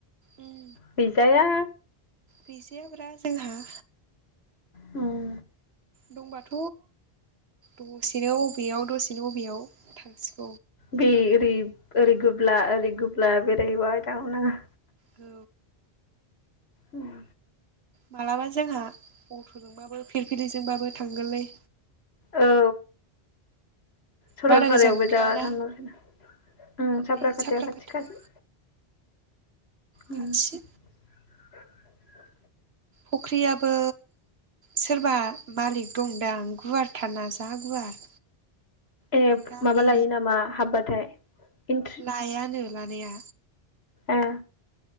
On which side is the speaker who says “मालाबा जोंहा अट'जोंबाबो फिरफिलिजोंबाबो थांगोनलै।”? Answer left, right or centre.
Right